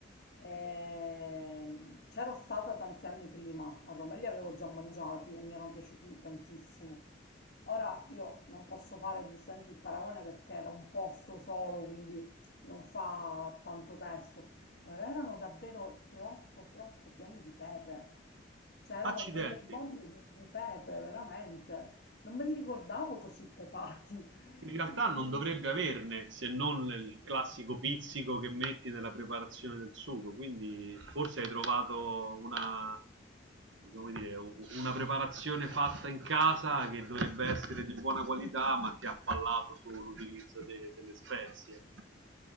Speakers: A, on the left (about 55°); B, on the right (about 80°).
A: Ehm, C'ero stata tanti anni prima a Roma e li avevo già mangiati e mi erano piaciuti tantissimo. Ora io non posso fare giustamente il paragone perché era un posto solo, quindi non fa tanto testo, però erano davvero troppo, troppo pieni di pepe. Cioè erano
B: Accidenti.
A: delle bombe di, di pepe, veramente. Non me li ricordavo così pepati.
B: In realtà
A: <laughs> Quindi
B: non dovrebbe averne, se non il classico pizzico che metti nella preparazione del sugo, quindi forse hai trovato una, possiamo dire, u- una preparazione fatta in casa che dovrebbe essere di buona qualità, ma che ha fallato sull'utilizzo de- delle spezie.